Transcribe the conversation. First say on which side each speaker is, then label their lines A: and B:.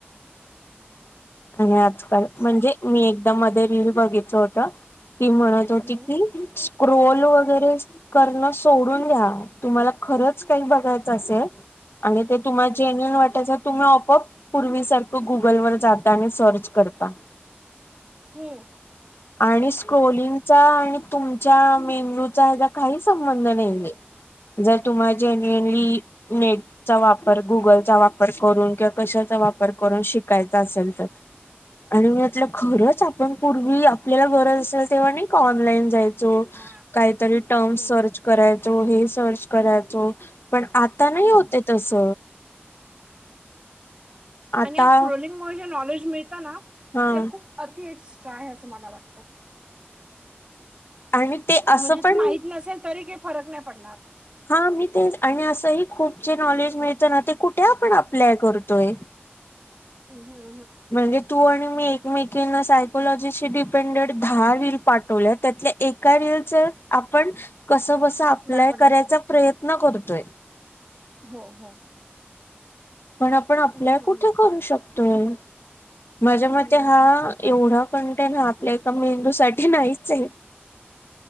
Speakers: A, on the left; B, on the right.
A: आणि आजकाल म्हणजे
B: सा-
A: मी एकदा मध्ये रील बघितल होत ती म्हणत होती
B: हम्म,
A: की स्क्रोल वगैरे करण सोडून घ्या तुम्हाला खरच काय बघायचं असेल आणि ते तुम्हाला
B: हम्म,
A: जेन्यूअन वाटायचं तुम्ही आपोआप पूर्वीसारखं गुगल वर जाता आणि सर्च करता.
B: हो.
A: आणि स्क्रोलिंगचा आणि तुमच्या मेंदूचा हेजा काही संबंध नाई ए. जर तुम्हा जेन्युअली नेट चा वापर गुगलचा वापर करून किंवा कशाचा वापर करून शिकायचा असेल तर आणि मी म्हटलं खरंच आपण पूर्वी आपल्याला गरज असेल तेव्हा नाई का ऑनलाईन जायचो
B: हा
A: कायतरी टर्म
B: हम्म,
A: सर्च करायचो हे सर्च करायचो पण आता नाही
B: हम्म,
A: होते तस. आता
B: आणि आज स्क्रोलिंग मूळ जे नॉलेज मिळत ना
A: हा
B: ते खूप अति एक्ट्रा आहे असं मला वाटतं.
A: आणि ते असं
B: म्हणजे
A: पण
B: ते माहीत नसेल तरी काय फरक नाय पडणार.
A: हा मी तेच आणि असंही खूप जे नॉलेज मिळतं ना ते कुठे आपण अप्लाय करतोय?
B: हम् हम्.
A: म्हणजे तू आणि मी एकमेकीना सायकोलॉजीशी डिपेंडेड दहा रील पाठवले त्यातले एका रिल च आपण कस बस अप्लाय
B: आपला पण
A: करायचा
B: नाही पडणार
A: प्रयत्न करतोय.
B: हो हो.
A: पण आपण अप्लाय
B: हम्म,
A: कुठे करू शकतोय? माझ्या
B: हम्म.
A: मते हा एवढं कंटेंन हा आपल्या एका मेंदूसाठी नाहीच ए.